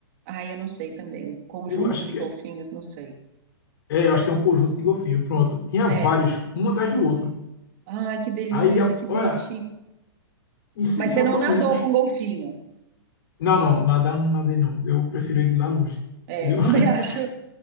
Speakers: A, on the right; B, on the left.
A: ai, eu não sei também. O conjunto
B: Eu acho
A: de
B: que
A: golfinhos,
B: é,
A: não sei.
B: É, eu acho que é um conjunto de golfinhos. Pronto. Tinha
A: É.
B: vários, um atrás do outro.
A: Ai, que delícia,
B: Aí, a-
A: que bonitinho.
B: olha, e, s-
A: Mas
B: e são
A: você não
B: tão
A: nadou
B: lindos.
A: com golfinho.
B: Não, não, nadar não nadei, não. Eu prefiro ele lá longe.
A: É,
B: Entendeu?
A: é, <laughs> também
B: <laughs>
A: acho.